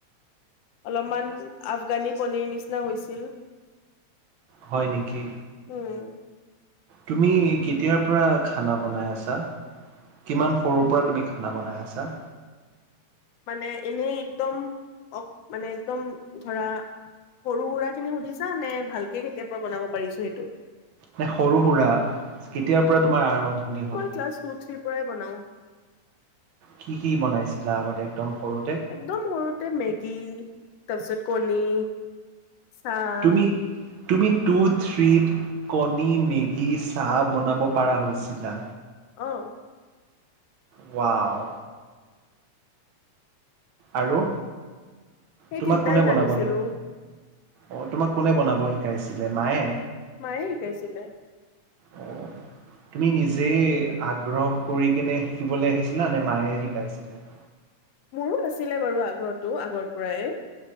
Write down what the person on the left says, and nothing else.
অলপমান আফগানী পনিৰ নিচিনা হৈছিল।
উম।
মানে এনেই একদম মানে একদম ধৰা সৰু-সুৰা খিনি সুধিছা নে ভালকে কেতিয়া পৰা বনাব পাৰিছো সেইটো?
ক্লাচ টু-থ্ৰি পৰাই বনাও।
একদম সৰুতে মেগী তাৰপিছত কণী। চাহ
অ,
সেই
তিনটাই
জানিছিলো
মায়ে শিকাইছিলে।
মোৰো আছিলে বাৰু আগ্ৰহটো আগৰ পৰাই